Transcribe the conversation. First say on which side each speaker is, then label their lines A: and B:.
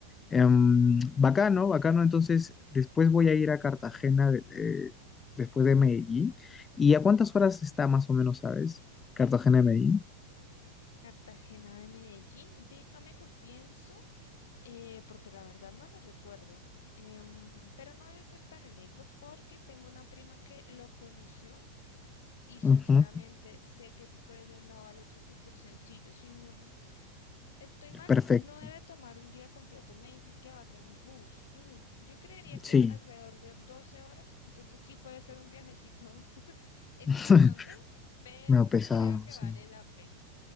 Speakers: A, on the left; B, on the left.
A: Em, bacano, bacano, entonces después voy a ir a Cartagena de- eh, después de Medellín. ¿Y a cuántas horas está más o menos, sabes? Cartagena de Medellín.
B: Cartagena de Medellín, déjame lo pienso, eh, porque la verdad no lo recuerdo, Em, pero no debe ser tan lejos porque tengo una prima que lo conoció y sinceramente
A: Ujú,
B: sé que fue de un lado al otro súper sencillo. Si no estoy mal,
A: Perfecto,
B: no debe tomar un día completo. Me dices que vas en bus. Mm, yo creería que
A: sí.
B: alrededor de 12 horas, entonces sí puede ser un viajecito <laughs> extenuante,
A: <laughs>
B: pero
A: medio pesado,
B: creo que
A: sí.
B: vale la pena.